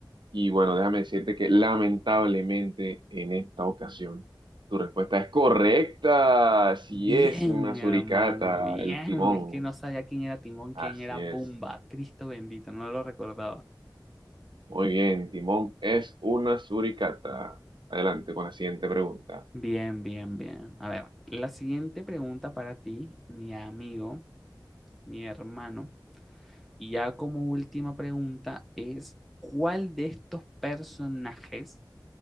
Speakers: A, on the right; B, in the centre.
A: Y bueno, déjame decirte que lamentablemente en esta ocasión tu respuesta es correcta. Si
B: Bien,
A: es una
B: mi
A: suricata,
B: hermano, bien.
A: el timón.
B: Es que no sabía quién era Timón,
A: Así
B: quién era
A: es.
B: Pumba. Cristo bendito, no lo recordaba.
A: Muy bien, Timón es una suricata. Adelante con la siguiente pregunta.
B: Bien, bien, bien. A ver, la siguiente pregunta para ti, mi amigo, mi hermano. Y ya como última pregunta es, ¿cuál de estos personajes